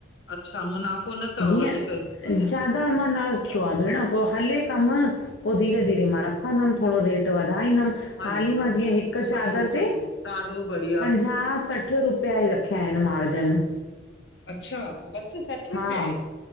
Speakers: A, on the left (about 65°); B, on the left (about 80°).
A: अच्छा मुनाफ़ो न तव
B: जीअं
A: वधिक।
B: ज्यादा मां न रखयो आ भेण! पो हले कम पो धीरे-धीरे मां रख दम थोड़ो रेट वधाईंदम,
A: हलो
B: हाली
A: हलो
B: मां जीअ ह़िक
A: सुठो
B: चादर
A: सुठो
B: ते
A: ॾाढो बढ़ी
B: पंन्झा, सठ रुपया ई रखया आहेन मार्ज़न।
A: अच्छा! बस् सठ रुपया
B: हा,
A: ई